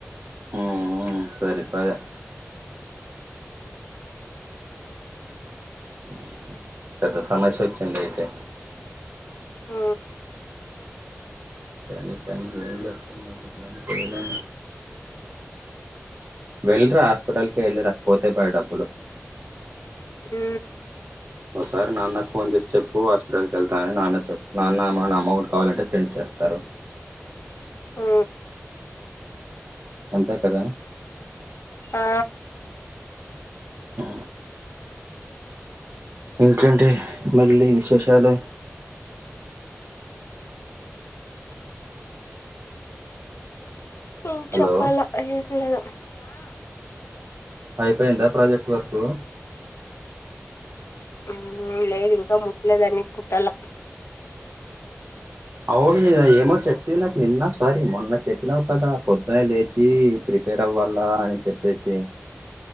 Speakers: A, on the right; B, on the left.
A: ఊ ఊ సరిపాయ ఊ పెద్ద సమస్య వచ్చింది అయితే
B: ఊ
A: కానీ కానీ ఏం చేస్తా ఇపుడు ఏం చేయలేం వెళ్ళిరా హాస్పిటల్ కి వెళ్ళిరా పోతే పయే డబ్బులు
B: ఊ
A: ఒకసారి నాన్న ఫోన్ చేసి చెప్పు హాస్పిటల్కి వెళ్తాని నాన్న చెప్ నాన్న ఏమాన్న అమౌంట్ కావాలంటే సెండ్ చేస్తాను తరు
B: ఊ
A: అంతే కదా
B: ఆ
A: ఆ ఏంటండీ మళ్ళీ విశేషాలు
B: ఆ
A: హలో
B: చెప్పాలా ఏం లేదు
A: అయిపోయిందా ప్రాజెక్ట్ వర్కు
B: ఉమ్ లేదు ఇంకా ముట్లేదాన్ని కుట్టాల
A: అవును నిన్న ఏమో చెప్తివి నాకు నిన్న సారీ మొన్న చెప్పినావు కదా పొద్దునే లేచి ప్రిపేర్ అవ్వాలా అని చెప్పేసి